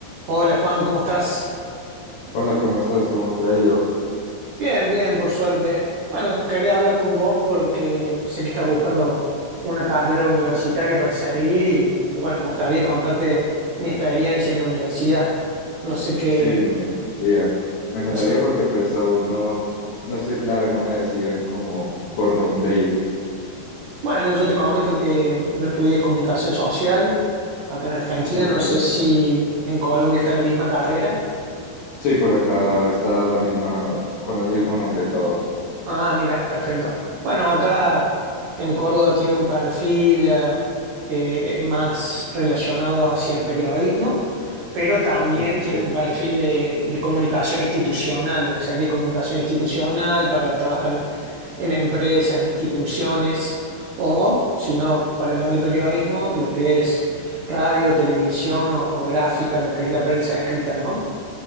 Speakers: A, on the right; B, on the left.
A: Hola Juan, ¿cómo estás?
B: Hola, ¿cómo estás? ¿Cómo te ha ido?
A: Bien, bien, por suerte. Bueno, quería hablar con vos porque sé que estás buscando una carrera universitaria para seguir y, y bueno, me gustaría contarte mi experiencia en la universidad. No sé qué,
B: Sí, me encantaría. Me encantaría
A: no sé-
B: porque pues aún no, no estoy claro, no me decido en cómo, por dónde ir.
A: Bueno, yo te comento que mm, yo estudié comunicación social acá en Argentina,
B: Ok.
A: no sé si en Colombia está la misma carrera.
B: Sí, por acá está la misma, con el mismo nombre y todo.
A: Ah, mira, perfecto. Bueno, acá en Córdoba tiene un perfil eh, eh, más relacionado hacia el periodismo, pero también
B: Ok,
A: tiene un perfil de, de comunicación institucional, lo que sería comunicación institucional para trabajar en empresas, instituciones, o si no, para el lado del periodismo, lo que es radio, televisión o, o gráfica, lo que es la prensa escrita, ¿no?